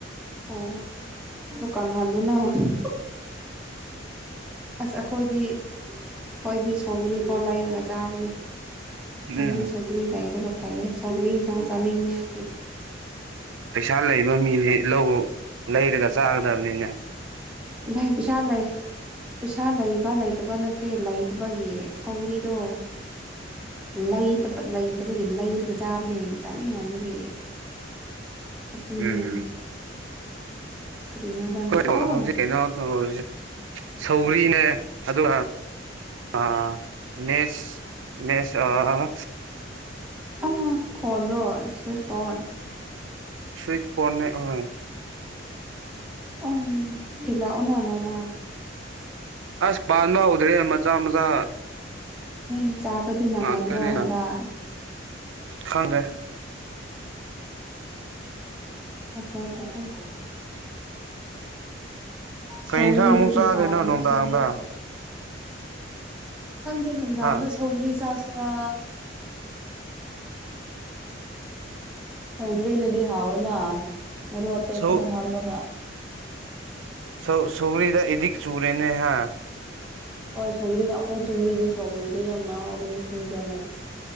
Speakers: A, in the centre; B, on the right.
A: ꯑꯣ <unintelligible> ꯑꯁ ꯑꯩꯈꯣꯏꯗꯤ ꯈꯣꯢꯗꯤ ꯁꯧꯒ꯭ꯔꯤ ꯐꯥꯎ ꯂꯩꯔꯒ ꯆꯥꯕꯅꯦ
B: ꯎꯝ
A: ꯅꯪꯗꯤ ꯁꯧꯒ꯭ꯔꯤ ꯂꯩꯔꯒ ꯐꯩꯌꯦ ꯁꯧꯒ꯭ꯔꯤ ꯏꯟꯁꯥꯡ ꯆꯥꯅꯤꯡꯉꯦ ꯑꯩꯗꯤ
B: ꯄꯩꯁꯥ ꯂꯩꯕ ꯃꯤꯗꯤ ꯂꯧ ꯂꯩꯔꯒ ꯆꯥꯒꯗꯥꯕꯅꯤꯅꯦ
A: ꯂꯩ ꯄꯩꯁꯥ ꯂꯩ ꯄꯩꯁꯥ ꯂꯩꯕ ꯂꯩꯇꯕ ꯅꯠꯇꯦ ꯂꯩꯇꯥꯕꯒꯤ ꯁꯧꯒ꯭ꯔꯤꯗꯣ ꯂꯩꯇꯕ ꯂꯩꯇꯕꯒꯤ ꯂꯩꯔꯒ ꯆꯥꯕꯅꯦ ꯆꯥꯅꯤꯡꯃꯟꯕꯒꯤ ꯑꯗꯨꯅꯦ
B: ꯎꯝ
A: ꯀꯔꯤꯅꯣꯗ
B: ꯈꯣꯢ
A: ꯅꯪꯁꯨ
B: <unintelligible>
A: ꯑꯧ
B: ꯍꯧꯖꯤꯛ ꯀꯩꯅꯣ ꯇꯧꯔꯤꯖꯦ ꯁꯧꯒ꯭ꯔꯤꯅꯦ ꯑꯗꯨꯒ ꯑ ꯅꯦꯁ ꯅꯦꯁ ꯑꯥ
A: ꯑꯜꯂ ꯀꯣꯟ ꯔꯣ ꯁꯨꯏꯠ ꯀꯣꯟ
B: ꯁꯨꯏꯠ ꯀꯣꯟꯅꯦ ꯑꯍꯣꯢ
A: ꯎꯝ ꯊꯤꯜꯂꯥꯛꯑꯣꯅꯦ ꯅꯣꯡꯃꯥ
B: ꯑꯁ ꯄꯥꯟꯕ ꯍꯧꯗ꯭ꯔꯤ ꯃꯆꯥ ꯃꯆꯥ
A: ꯑꯦ ꯆꯥꯎꯕꯗꯤ ꯅꯪꯒꯗ꯭ꯔꯣ
B: ꯉꯥꯛꯇꯅꯤꯅ
A: ꯍꯟꯗꯥꯛ
B: ꯈꯪꯗꯦ
A: ꯐꯖꯥꯗꯔꯦ
B: ꯀꯩ
A: ꯁꯧꯒ꯭ꯔꯤꯗꯨꯗꯤ
B: ꯌꯦꯟꯁꯥꯡ ꯑꯃꯨꯛ ꯆꯥꯗꯣꯏꯅꯣ
A: ꯍꯥꯎꯕꯅꯦ
B: ꯅꯨꯡꯗꯥꯡꯗ
A: ꯑꯁꯦꯡꯕ ꯈꯪꯗꯦ ꯅꯨꯡꯗꯥꯡꯗꯥ
B: ꯍꯥ
A: ꯁꯧꯒ꯭ꯔꯤ ꯆꯥꯁꯤꯔꯥ ꯁꯧꯒ꯭ꯔꯤꯅꯗꯤ ꯍꯥꯎꯋꯦꯅ ꯃꯣꯔꯣꯛ ꯑꯇꯦꯛꯄꯗꯣ
B: ꯁꯧ
A: ꯍꯥꯞꯔꯥꯒꯥ
B: ꯁꯧ ꯁꯧꯔꯤꯗ ꯏꯗꯤꯛ ꯆꯨꯔꯦꯅꯦ ꯍꯥ
A: ꯍꯣꯏ ꯁꯧꯒ꯭ꯔꯤ ꯑꯩꯈꯣꯏ ꯆꯤꯡ ꯃꯤꯗꯤ ꯁꯧꯒ꯭ꯔꯤꯗꯥ ꯌꯥꯝ ꯉꯥꯎꯕꯅꯦ ꯈꯪꯗ꯭ꯔꯣ ꯅꯪ